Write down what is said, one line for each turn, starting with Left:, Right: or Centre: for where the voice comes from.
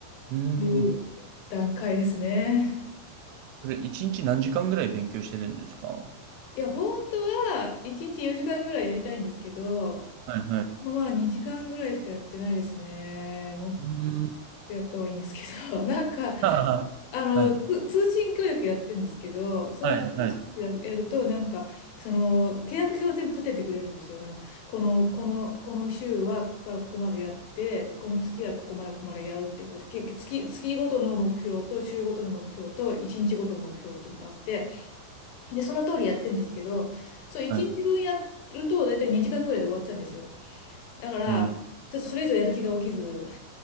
Right: うん。
Left: いう段階ですね。
Right: それ、一日何時間ぐらい勉強してるんですかは
Left: いや、本当は1日4時間ぐらいやりたいんですけど、
Right: いはい。
Left: まあまあ2時間ぐらいしかやってないですね。もっ
Right: うん。
Left: とやった方がいいんですけど、<laughs> なんか、
Right: はい。
Left: あの、
Right: はい。
Left: つ通信教育やってるんですけど、そういう
Right: はいはい。
Left: やると、なんか、その、契約表を全部立ててくれるんですよ。なんかこの、この、この週はここからここまでやって、この月はここまで、ここまでやるっていうか、け月、月ごとの目標と、週ごとの目標と、1日ごとの目標っていうのがあって、で、その通りやってんですけど、そう、1日分やると、
Right: はい。
Left: だいたい2時間ぐらいで終わっちゃうんですよ。だから、
Right: うん。
Left: ちょっとそれ以上やる気が起きず、っ